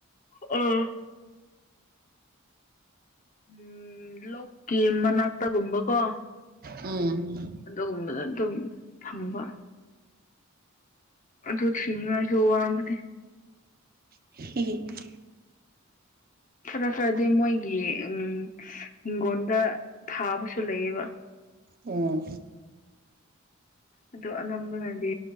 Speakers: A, on the left; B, on the right.
A: ꯑ ꯎꯝ ꯂꯣꯛꯀꯤ ꯃꯅꯥꯛꯇꯒꯨꯝꯕꯀꯣ
B: ꯎꯝ
A: ꯑꯗꯨꯒꯨꯝꯕꯗ ꯑꯗꯨꯝ ꯐꯪꯕ ꯑꯗꯨ ꯊꯤꯅꯥꯉꯥꯏꯁꯨ ꯋꯥꯕꯅꯦ
B: <unintelligible>
A: ꯈꯔ ꯈꯔꯗꯤ ꯃꯣꯏꯒꯤ ꯎꯝ ꯍꯤꯡꯒꯣꯟꯗ ꯊꯥꯕꯁꯨ ꯂꯩꯌꯦꯕ
B: ꯑꯣ
A: ꯑꯗꯣ ꯑꯅꯝꯕꯅꯗꯤ